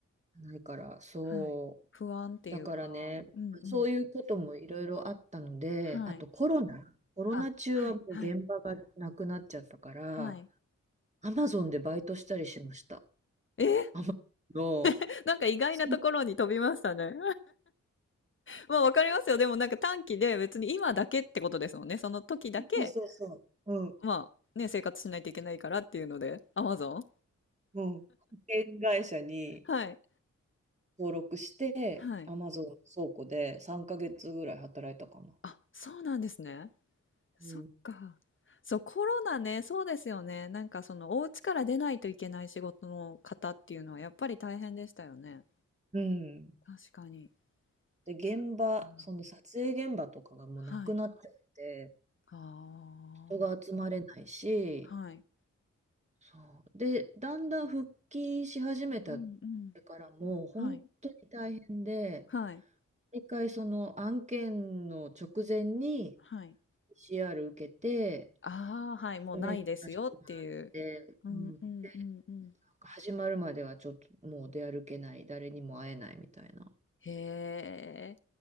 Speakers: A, on the right; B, on the left.
A: ないから、そう。
B: はい。不安っていうか、
A: だからね、
B: うんうん。
A: そういうこともいろいろあったので、
B: はい。
A: あとコロナ、コロナ中はもう現場がなくなっちゃったから、
B: あ、はい、はい、はい。
A: アマゾンでバイトしたりしました。
B: えー、
A: アマゾンの
B: <laughs> なんか意外なところに飛びましたね。
A: そ
B: まあ、わかりますよ。でもなんか短期で別に今だけってことですもんね。その時だけ、
A: うそうそう。うん。
B: まあね、生活しないといけないからっていうので、Amazon?
A: うん。保険会社に
B: はい。
A: 登録して、
B: はい。
A: アマゾン倉庫で3ヶ月ぐらい働いたかな。
B: あ、そうなんですね。そっか。
A: うん
B: そう、コロナね、そうですよね。なんかそのお家から出ないといけない仕事の方っていうのはやっぱり大変でしたよね。
A: うん。
B: 確かに。
A: で、現場、
B: そっか
A: その撮影現場とかがもうなくなっちゃって、
B: はい。ああ、
A: 人が集まれないし、
B: はい。
A: そう。で、だんだん復帰し始めた
B: うんうん。
A: からもう本当に大変で、
B: はい。はい。
A: 一回その案件の直前に
B: はい。
A: PCR 受けて、
B: ああ、はい。もうないですよっていう。
A: メールさせてもらって、
B: うんうんうんうん。
A: うん、なんか始まるまではちょっともう出歩けない、誰にも会えないみたいな。
B: へえ。